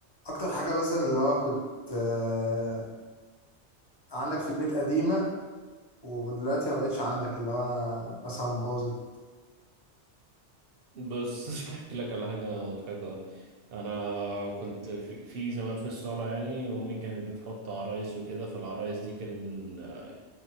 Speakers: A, on the left (about 35°); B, on the right (about 60°).
A: اكتر حاجه مثلا اللي هو كنت آه، عندك في البيت قديمه ودلوقتي ما بقتش عندك اللي هو مثلا باظت
B: بص <laughs> احكي لك على حاجه مضحكه انا كنت في, في زمان في الصاله يعني امي كانت بتحط عرايس وكده فالعرايس دي كان آه،